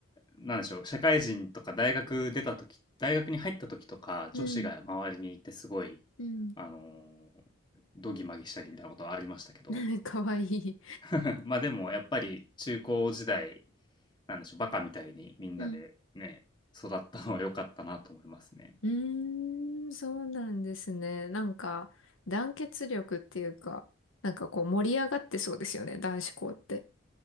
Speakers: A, on the left (about 20°); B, on the left (about 75°).
A: なんでしょう、社会人とか大学出た時、大学に入った時とか、
B: うん、
A: 女子が周りにいてすごい、
B: うん。
A: あのー、どぎまぎしたりみたいなことはありましたけど、
B: <laughs> かわいい。
A: <laughs> まあでもやっぱり中高時代、なんでしょう、バカみたいにみんなでね、
B: うん。
A: 育ったのは良かったなと思いますね。
B: <laughs> うーん、そうなんですね。なんか、団結力っていうか、なんかこう盛り上がってそうですよね、男子校って。